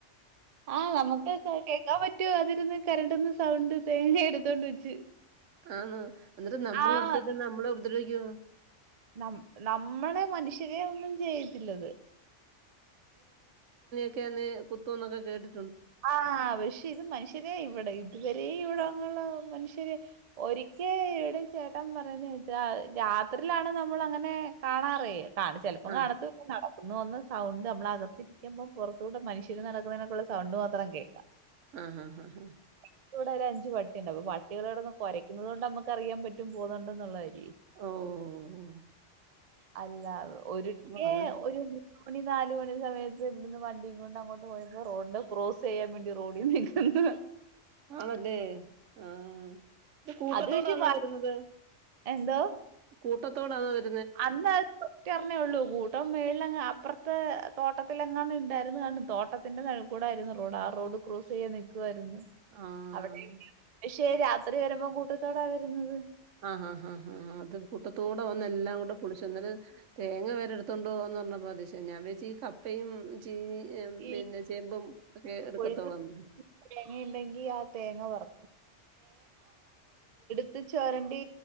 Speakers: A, on the right; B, on the right.
A: ആ നമുക്ക് കേ കേക്കാൻ പറ്റും അതിരുന്ന് കരണ്ടുന്ന സൗണ്ട് തേങ്ങ എടുത്തോണ്ട് വെച്ച്
B: ആണോ എന്നിട്ട് നമ്മള
A: ആഹ്
B: അടുത്തോട്ട് ചെന്നാ നമ്മളെ ഉപദ്രവി യാ
A: നം നമ്മളെ മനുഷ്യരെ ഒന്നും ചെയ്യത്തില്ലത്
B: <unintelligible> കുത്തൂന്നൊക്കെ കേട്ടി
A: ആ പക്ഷെ ഇത് മനുഷ്യരെ ഇവടെ ഇത് ഈ ഇവടങ്ങളില് മനുഷ്യര് ഒരിക്കേ ഇവടെ ചേട്ടൻ പറയുന്നത് കേട്ടു രാത്രിയിലാണ് നമ്മൾ അങ്ങനെ കാണാറേ കാണ ചെലപ്പം
B: ആഹ്
A: കാണത്ത് <inaudible> നടക്കുന്നുന്ന് സൗണ്ട് നമ്മളകത്തിരിക്കുമ്പം പുറത്തൂടെ മനുഷ്യര് നടക്കുന്നതിനേക്കൂട്ടുള്ള സൗണ്ട് <unintelligible>
B: ആ ഹാ ഹാ ഹാ
A: ഇപ്പൊ ഇവടെ ഒരു അഞ്ച് പട്ടിയുണ്ട് അപ്പ പട്ടികള് കെടന്ന് കുരയ്ക്കുന്നത് കൊണ്ട് നമുക്ക് അറിയാൻ പറ്റും പോകുന്നുണ്ട് എന്നുള്ളതേ ഇ
B: ഓഹ്
A: അല്ല ഒരിക്കെ
B: ആഹ്
A: ഒരു മു മണി നാല് മണി സമയത്ത് ഇവിടുന്ന് വണ്ടിയും കൊണ്ട് അങ്ങോട്ട് പോയപ്പോ റോഡിൻറെ കു ക്രോസ്സ് ചെയ്യാൻ വേണ്ടി റോഡി നിക്കുന്ന്
B: ആണല്ലേ ആ ഇത് കൂട്ടത്തോടാണോ
A: അത് പക്ഷെ
B: വരുന്നത്?
A: എന്തോ
B: കൂട്ടത്തോടാണോ വരു
A: അന്ന് ഒറ്റ ഒരണേ ഉള്ളു. കൂട്ടം മേളിലങ്ങ് അപ് അപ്പറത്തെ തോട്ടത്തിലെങ്ങാണ്ട് ഇണ്ടായിരുന്നു കാണും തോട്ടത്തിന്റെ നടൂക്കൂടായിരുന്നു റോഡ്. ആ റോഡ് ക്രോസ് ചെയ്യാ നിക്കുവാര്ന്നു
B: ആഹ്
A: അവിടെവിടെയാ <inaudible> പക്ഷേ രാത്രി വരുമ്പോം കൂട്ടത്തോടാ വരുന്നത്
B: ആഹ് ആഹ് ആഹ് ആഹ് അത് കൂട്ടത്തോടെ വന്ന് എല്ലാം കൂടെ പൊളിച്ചു എന്നത് തേങ്ങ വരെ എടുത്തൊണ്ടോവോന്ന് പറഞ്ഞപ്പോ അതിശയം ഞാൻ വെ ച്ചീ കപ്പയും ചീനി
A: ഈ
B: പിന്നെ ചേമ്പും ഒക്കെ എടുക്കത്തോളന്ന്
A: കൊഴിഞ്ഞ തേങ്ങ ഉണ്ടെങ്കി ആ തേങ്ങ പറക്കും ത്ത് ചൊരണ്ടി